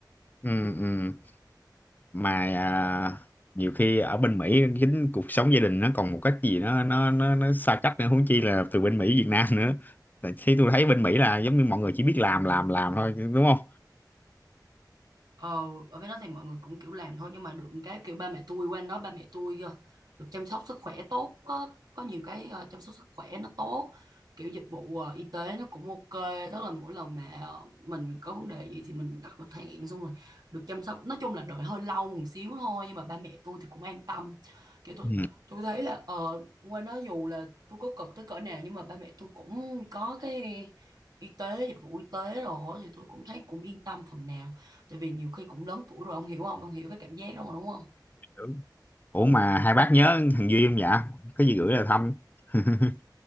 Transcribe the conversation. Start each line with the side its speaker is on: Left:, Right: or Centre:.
Left: ừ, ừ. mà à, nhiều khi ở bên Mỹ chính cuộc sống gia đình nó còn một cách gì nó nó nó, nó xa cách nữa huống chi là từ bên Mỹ Việt Nam nữa tại khi tôi thấy bên Mỹ là giống như mọi người chỉ biết làm làm làm thôi đúng không
Right: Ờ, ở bên đó thì mọi người cũng kiểu làm thôi nhưng mà được cái kiểu ba mẹ tôi qua đó ba mẹ tôi ờ, được chăm sóc sức khỏe tốt có có nhiều cái ờ, chăm sóc sức khỏe nó tốt kiểu dịch vụ ờ, y tế nó cũng ok tức là mỗi lần mà ờ, mình có vấn đề gì thì mình đặt lịch hẹn xong rồi được chăm sóc nói chung là đợi hơi lâu một xíu thôi nhưng mà ba mẹ tôi thì cũng an tâm kiểu tôi
Left: Ừ.
Right: tôi thấy là ờ, qua đó dù là tôi có cực tới cỡ nào nhưng mà ba mẹ tôi cũng có cái y tế dịch vụ y tế rồi thì tôi cũng thấy cũng yên tâm phần nào tại vì nhiều khi cũng lớn tuổi rồi ông hiểu không ông hiểu cái cảm giác đó mà đúng không
Left: Đúng. ủa mà hai bác nhớ thằng Duy không dạ có gì gửi là thăm <laughs>